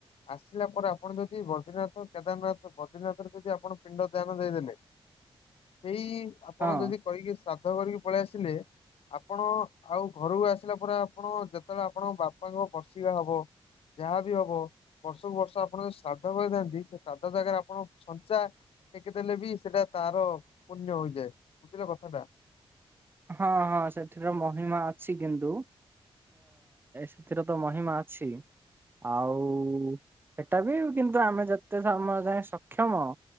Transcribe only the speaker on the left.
ଆସିଲା ପରେ ଆପଣ ଯଦି ବଦ୍ରିନାଥ କେଦାରନାଥ ବଦ୍ରିନାଥରେ ଯଦି ଆପଣ ପିଣ୍ଡ ଦାନ ଦେଇଦେଲେ ଦେଇ ଆପଣ
ଯଦି କହିକି ଶ୍ରାଦ୍ଧ କରିକି ପଳେଇ ଆସିଲେ ଆପଣ ଆଉ ଘରକୁ ଆସିଲା ପରେ ଆପଣ ଯେତେଳେ ଆପଣଙ୍କ ବାପାଙ୍କ ବର୍ଷିକା ହବ ଯାହା ବି ହବ ବର୍ଷକୁ ବର୍ଷ ଆପଣ ଯୋଉ ଶ୍ରାଦ୍ଧ କରିଥାନ୍ତି ସେ ଶ୍ରାଦ୍ଧ ଜାଗାରେ ଆପଣ ଛଞ୍ଚା। ଟେକିଦେଲେ ବି ସେଟା ତାର ପୁଣ୍ୟ ହୋଇଯାଏ ବୁଝିଲ କଥାଟା।